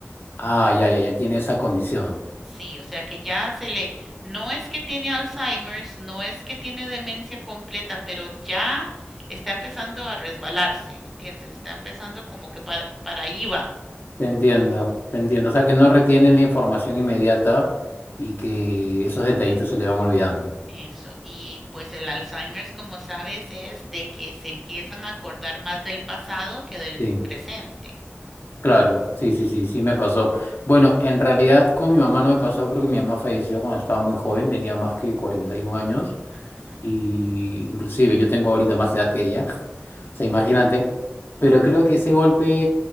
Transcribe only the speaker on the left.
Ah, ya, ya, ya tiene esa condición.
Te entiendo, te entiendo. O sea, que no retiene la información inmediata y que esos detallitos se le van olvidando.
Sí,
claro, sí,
sí, sí, sí me pasó. Bueno, en realidad con mi mamá no me pasó porque mi mamá falleció cuando estaba muy joven, tenía más que 41 años.
y inclusive yo tengo ahorita más edad que ella, <laughs>
o sea, imagínate, pero creo que ese golpe